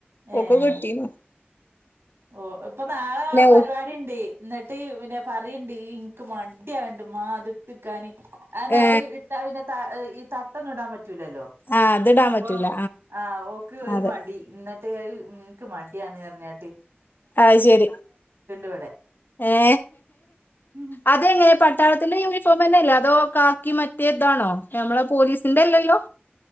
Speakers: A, on the right (about 80°); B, on the left (about 55°).
A: ഏഹ്
B: ഓക്കോ കിട്ടീനോ
A: ഓ ഇപ്പൊ നാളെ പരിപാടിണ്ട്
B: ഓ
A: എന്നിട്ട് പിന്നെ പറയുണ്ട് ഇനിക്ക് മടിയണ്ട് മാ അത് ഇട്ടിക്കി അന
B: ഏ
A: ഇട്ടാ പിന്നെ ഈ തട്ടൊന്നും ഇടാൻ പറ്റൂലല്ലോ
B: ആ അതിടാൻ
A: അപ്പൊ
B: പറ്റൂല
A: ആ ഓക്ക് ഒരു
B: അതെ
A: മടി എന്നിട്ട് നിനിക്ക് മടിയാണ് കഞ്ഞാട്ട്
B: അഹ ശരി
A: ഇവിടെ
B: ഏ
A: ഉം
B: അതെങ്ങനെ പട്ടാള ത്തിന്റെ യൂണിഫോം തന്നെയല്ലേ അതോ കാക്കി മറ്റിയതാണോ നമ്മളെ പോലീസിന്റെല്ലല്ലോ